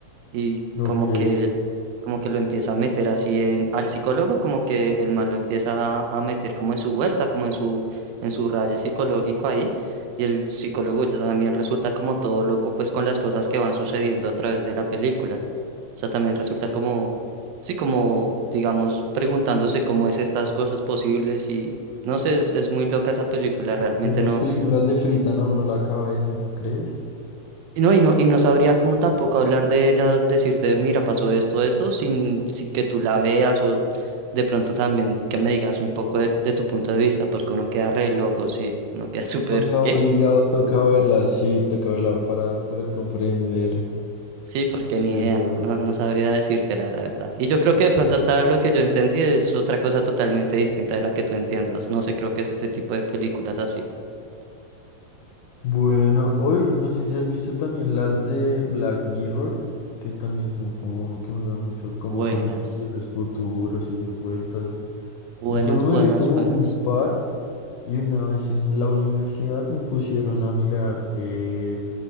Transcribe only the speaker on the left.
Ok.
Es
que Esas
películas le fritan a uno la cabeza, ¿no crees?
O sea, obligado
toca verlas, sí, toca verla para poder comprender.
Qué
loco.
Bueno, hoy no sé si has visto también las de Black Mirror, que también son como que juegan mucho como
con los posibles futuros y esas vueltas.
Yo solo me
vi como
un par y una vez en la universidad me pusieron a mirar eh,